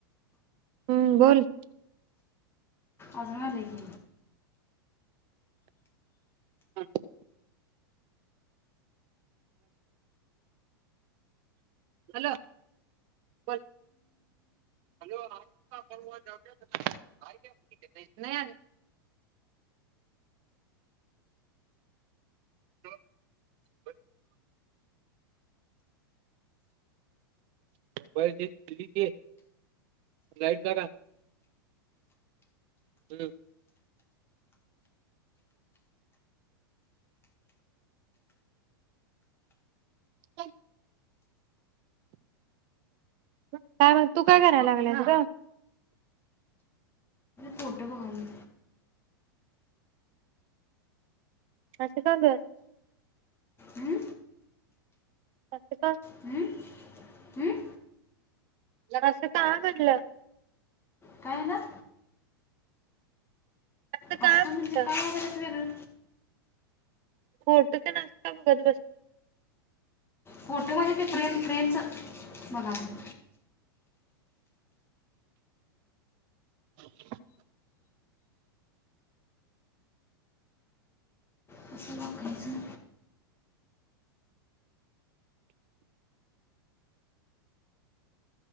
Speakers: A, on the right; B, on the left.
A: हम्म बोल
B: आजाण व्हायल्या की
A: <inaudible> हॅलो बोल हॉलो <unintelligible> नही आरी <inaudible> <unintelligible> ई <unintelligible> दिल्ली लाईट लगा <inaudible> हम्म <unintelligible> काय म तू काय करायला लागलायस रे
B: फोटो बगालोय
A: असं का ग
B: हं?
A: आस का
B: हं? हं?
A: आसं का घडलं
B: काय ना
A: असं
B: आस
A: का म्हटलं
B: म्हणजे काय हाय यात वेगळं
A: फोटो तेन आस बघत बस
B: फोटो मधी ते फ्रेम फ्रेमचा बगालोय
A: <inaudible>
B: कसं बघायचं